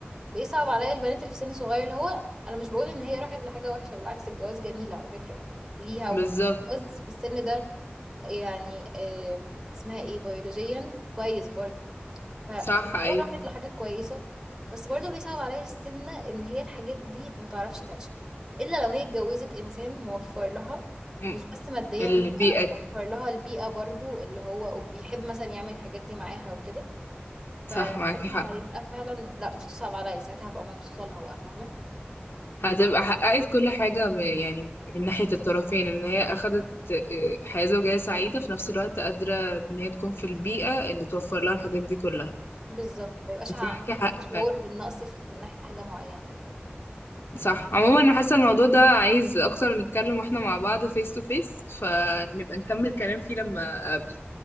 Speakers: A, on the right; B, on the left.
A: بيصعب عليا البنات اللي في سن صغير اللي هو انا مش بقول ان هي راحت لحاجه وحشه بالعكس الجواز جميل على فكره ليها
B: بالظبط
A: وجواز في السن ده يعني آم، اسمها ايه بيولوجيا كويس برضو فهي
B: صح
A: آه
B: ايوه
A: راحت لحاجه كويسه بس برضو بيصعب عليا السن ان هي الحاجات دي ما تعرفش تعيشها الا لو هي اتجوزت انسان موفر لها
B: م-
A: مش بس ماديا
B: البيئه
A: لا،
B: دي
A: موفر لها البيئه برضو اللي هو وبيحب مثلا يعمل الحاجات دي معاها وكده
B: صح
A: فساعتها
B: معاكي حق
A: هيبقى فعلا لا مش تصعب عليا ساعتها هبقى مبسوطة لها بقى فاهمة
B: هتبقى حققت كل حاجة م- يعني من ناحية الطرفين ان هي اخدت آه، حياة زوجية سعيدة في نفس الوقت قادرة ان هي تكون في البيئة اللي توفر لها الحاجات دي كلها
A: بالظبط ما يبقاش
B: انت
A: ع-
B: معاكي حق
A: عندها شعور
B: فعلا
A: بالنقص في- من ناحية حاجة معينة يعني.
B: صح عموما انا حاسة الموضوع ده عايز اكتر نتكلم واحنا مع بعض فيس تو فيس فنبقى نكمل كلام فيه لما اقابلك